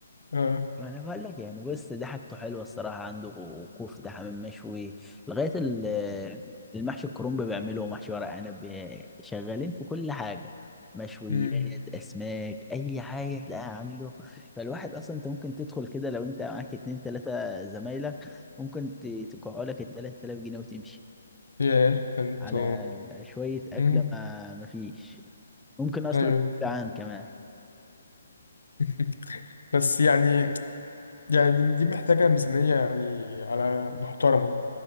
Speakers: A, on the left (about 80°); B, in the centre.
A: اه
B: انا بقول لك يعني بص ده حاجته حلوه الصراحه عنده كفته حمام مشوي لغايه ال- المحشي الكرنب بيعمله ومحشي ورق عنب شغالين في كل حاجه مشويات
A: امم
B: اسماك اي حاجه تلاقيها عنده فالواحد اصلا انت ممكن تدخل كده لو انت معاك اتنين تلاته زمايلك ممكن ت- تقعوا لك ال 3000 جنيه وتمشي
A: ياه انتوا
B: على شويه اكله
A: امم
B: ما ما فيش ممكن اصلا
A: ايوه
B: تبقى جعان كمان
A: <laughs> بس يعني يعني دي دي محتاجة ميزانية يعني على محترمة